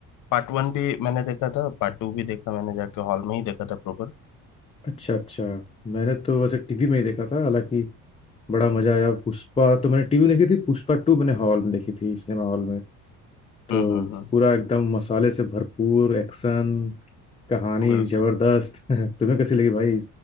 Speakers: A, on the left; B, on the left.
A: पार्ट वन भी मैंने देखा था पार्ट टू भी देखा मैंने जाके हॉल में ही देखा था प्रॉपर
B: अच्छा अच्छा मैंने तो वैसे टीवी में ही देखा था हालांकि बड़ा मजा आया पुष्पा तो मैंने टीवी में देखी थी पुष्पा टू मैंने हॉल में देखी थी सिनेमा हॉल में तो
A: हम्म हम्म हम्म
B: पूरा एकदम मसाले से भरपूर एक्शन कहानी
A: बिल्कुल
B: जबरदस्त <laughs> तुम्हें कैसी लगी भाई